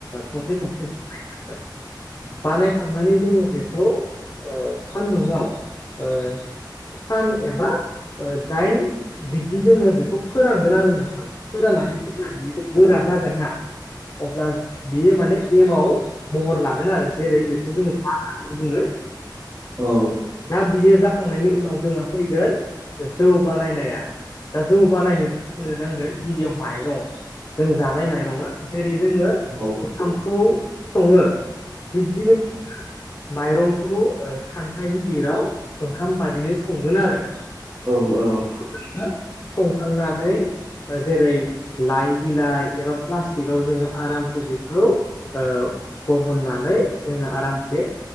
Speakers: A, on the left (about 35°); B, on the right (about 30°).
A: थरसे थरसे बानायखांनानै जोङो बेखौ सानदुंआव ओ सानस्नि एबा दाइन बिब्दि जोङो बेखौ फोरानगोन आरो नोंथां। फोराननानै बियो गोरा जागोनना अब्ला बियो माने एमाव महर लागोन आरो जेरै बेखौ जोङो माखारबो बुङो।
B: औ।
A: दा बियो जा खांनायनि उनाव जोंहा फैगोन जौ बानायनाया। दा जौ बानायनो नांगोन गिबियाव माइरं जों जानाय माइरङा जेरै- जोङो
B: औ।
A: ओंखामखौ सङो बिब्दिनो जोङो माइरंखौ खान्था गिदिराव ओंखाम बादिनो संगोन आरो।
B: औ औ
A: <unintelligible> संखांनानै जेरै लाइ बिलाइ एबा प्लास्टिकआव जोङो आरामसे बेखौ ओ बहननानै जोङो आरामसे